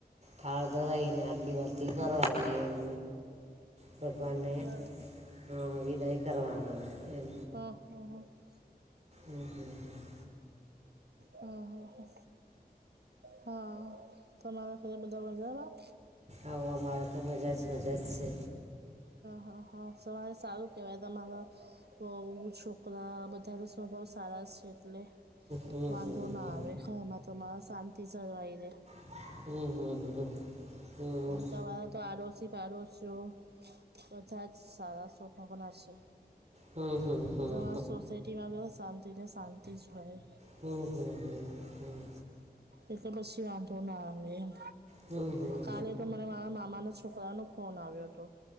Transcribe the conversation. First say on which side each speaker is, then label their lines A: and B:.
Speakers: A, on the right; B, on the right.
A: થાળ ધરાઈને આરતી બારતી કરવાની એમ ભગવાનને
B: બરાબર
A: અ વિદાય કરવાના એમ
B: હહહ
A: ઓહા હા
B: હમ હ હ હા તમારા ઘરે બધા મજામાં
A: આવ અમારે તો મજા જ મજા જ છે.
B: હ હ હા સવારે સારું કહેવાય મારા બહુ છોકરા બધાનો સ્વભાવ સારા છે એટલે
A: હમ,
B: વાંધો
A: હમ, હમ.
B: ના આવે ઘરમા તમારી શાંતિ જળવાઈ રે
A: હમ હમ હમ હમ
B: તમારા તો આડોશી પાડોશ્યો બધા જ સારા સ્વભાવના છે
A: હમ, હમ, હમ. હમ, હમ, હમ.
B: તમારા
A: હમ,
B: સોસાયટીમાં બહુ શાંતિ ને શાંતિ જ હોય
A: હમ હમ હમ હમ
B: એટલે પછી વાંધો ના આવે એમ
A: હમ, હમ.
B: કાલે મને મારા મામાના છોકરા નો ફોન આવ્યો હતો